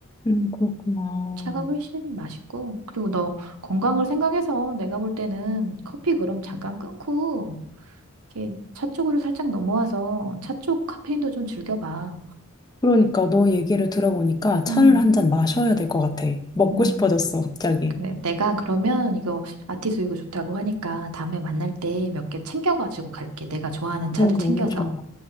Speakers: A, on the left (about 20°); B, on the right (about 85°).
A: 음, 그렇구나.
B: 차가 훨씬 맛있고 그리고 너 건강을 생각해서 내가 볼 때는 커피 그럼 잠깐 끊고 이렇게 차 쪽으로 살짝 넘어와서 차 쪽 카페인도 좀 즐겨봐.
A: 그러니까 너 얘기를 들어보니까 차를
B: 음,
A: 한 잔 마셔야 될 것 같아. 먹고
B: 음.
A: 싶어졌어, 갑자기.
B: 그래. 내가 그러면 이거 아티수 이거 좋다고 하니까 다음에 만날 때 몇 개 챙겨가지고 갈게. 내가 좋아하는 차들
A: 어,
B: 챙겨서
A: 너무 좋아.